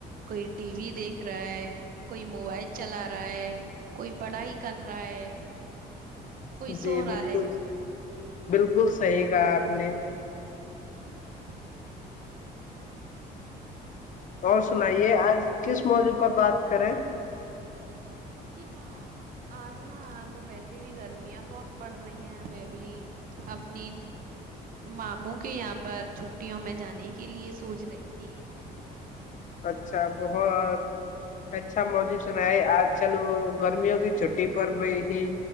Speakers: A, on the right; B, on the left.
A: کوئی ٹی وی دیکھ رہا ہے کوئی موبائل چلا رہا ہے کوئی پڑھائی کر رہا ہے کوئی
B: جی
A: سو رہا
B: بالکل
A: ہے
B: بالکل صحی کہا آپ نے
A: ہ <unintelligible>
B: اور سنائیے آج کس موضوع پر بات کریں
A: جی ہاں آج نا وہ ویسے بھی گرمیاں بہت پڑ رہی ہیں میں بھی اپنی ماموں کے یہاں پر چھٹیوں میں جانے کے لیے سوچ رہی تھی
B: اچھا بہت اچھا مجی سنا ہے آج چل وہ گرمیوں کی چھٹی پر بھی ہی